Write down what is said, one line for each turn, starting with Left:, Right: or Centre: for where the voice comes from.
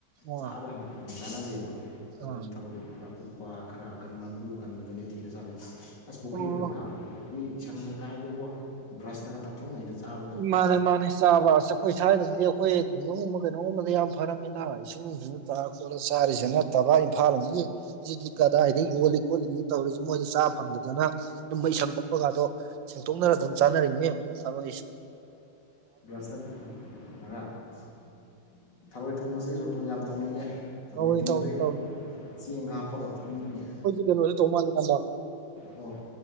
Right: ꯑꯥ
Left: ꯆꯥꯕ ꯍꯪꯒꯣꯏꯗꯅ ꯆꯥꯟꯅꯗꯦꯕ ꯑꯗꯥ
Right: ꯑꯥ
Left: ꯑꯀꯨꯞꯄ ꯈꯔ ꯑꯀꯟꯕ ꯃꯀꯨ ꯑꯀꯟꯕꯗꯨꯅꯦ ꯊꯤꯔ ꯆꯥꯟꯅꯩꯁꯦ ꯑꯁ ꯄꯨꯈ꯭ꯔꯤꯗꯒ
Right: ꯑꯣ
Left: ꯇꯥꯕ ꯃꯤ ꯏꯁꯪꯒ ꯀꯥꯏꯗꯩꯕꯣ ꯕ꯭ꯔꯁꯅ ꯇꯛꯊꯣꯛꯅꯩꯗ ꯆꯥꯕꯗ
Right: ꯃꯥꯅꯦ ꯃꯥꯅꯦ ꯆꯥꯕ ꯍꯥꯏꯁꯦ ꯑꯩꯈꯣꯏ ꯁ꯭ꯋꯥꯏꯗꯗꯤ ꯑꯩꯈꯣꯏ ꯈꯨꯡꯒꯪꯒꯨꯝꯕ ꯀꯩꯅꯣꯒꯨꯝꯕꯗꯤ ꯌꯥꯝ ꯐꯔꯝꯅꯤꯗ ꯏꯁꯤꯡ ꯅꯨꯡ ꯁꯤꯡ ꯇꯥꯔ ꯈꯣꯠꯂ ꯆꯥꯔꯤꯁꯤ ꯅꯠꯇꯕ ꯏꯝꯐꯥꯜ ꯂꯣꯝꯗꯒꯤ ꯁꯤꯗꯤ ꯀꯗꯥꯏꯗ ꯌꯣꯜꯂꯤ ꯈꯣꯠꯂꯤ ꯇꯧꯔꯤꯁꯦ ꯃꯣꯏꯗꯤ ꯆꯥ ꯐꯪꯗꯗꯅ ꯑꯗꯨꯒꯨꯝꯕ ꯏꯁꯪ ꯄꯛꯄꯒꯥꯗꯣ ꯁꯦꯡꯇꯣꯛꯅꯔ ꯑꯗꯨꯝ ꯆꯥꯅꯔꯤꯅꯦ ꯊꯔꯣꯏꯁꯦ
Left: ꯁꯁ ꯑ <unintelligible> ꯊꯔꯣꯏ ꯊꯣꯡꯕꯁꯦ ꯖꯣꯇꯣꯟ ꯌꯥꯝ ꯇꯧꯅꯩꯌꯦ ꯊꯔꯣꯏ
Right: ꯇꯧ
Left: ꯇꯤꯡꯕꯗꯒꯤ
Right: ꯏꯇꯥꯎ ꯇꯧ
Left: ꯆꯦꯡ ꯍꯥꯞꯄꯒ ꯊꯝꯃꯤꯅꯦ
Right: ꯀꯩꯅꯣꯁꯨ ꯇꯧ ꯃꯥꯜꯂꯦ ꯏꯌꯥꯝꯕ
Left: ꯍꯣꯏ